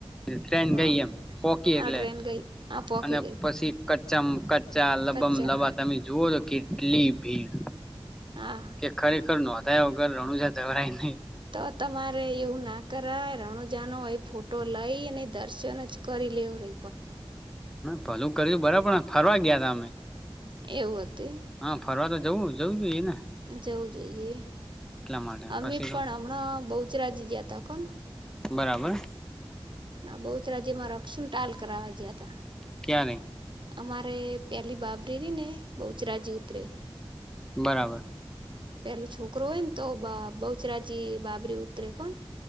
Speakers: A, in the centre; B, on the right.
A: ટ્રેન
B: હા
A: ગઈ એમ પોકી
B: આ
A: એટલે
B: ટ્રેન ગઈ આ પહોંકી
A: અને
B: ગઈ
A: પછી કચ્ચા કચ ચચા લબમ
B: કચ્છા
A: લબા તમે જુઓ તો કેટલી ભીડ
B: હા
A: કે ખરેખર કે નોંધાયા વગર રણુજા જવાય ની
B: તો તમારે એવું ના કરાય રણુજાનો એ ફોટો લઈને દર્શન જ કરી લેવરે
A: પલું કર્યું બરોબર ફરવા ગયા તા અમે
B: એવું હતું ઈ
A: હા ફરવા તો જવું જવું જોઈ એને
B: જવું જોઈએ.
A: માટે
B: અમે
A: પછી તો
B: પણ હમણાં બહુચરાજી જ્યા તા કોણ
A: બરાબર.
B: ના બહુ જ રાજ્યમાં રક્ષણ ટાલ કરવા ગયા હતા
A: ક્યાં નહી
B: મારે પેલી બાબરી રઈને બહુચરાજી ઉતરે
A: બરાબર.
B: પેલું છોકરો હોય ને તો બ બહુચરાજી બાબરી ઉતરે કોણ